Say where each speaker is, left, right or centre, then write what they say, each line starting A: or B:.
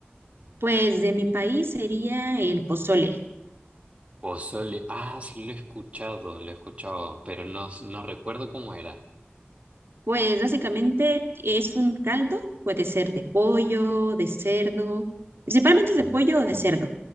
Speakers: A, on the right; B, on the right.
A: Pues de mi país sería el pozole.
B: Pozole. Ah, sí, lo he escuchado, lo he escuchado, pero no, no recuerdo cómo era.
A: Pues básicamente es un caldo, puede ser de pollo, de cerdo, principalmente es
B: Mm.
A: de pollo o de cerdo.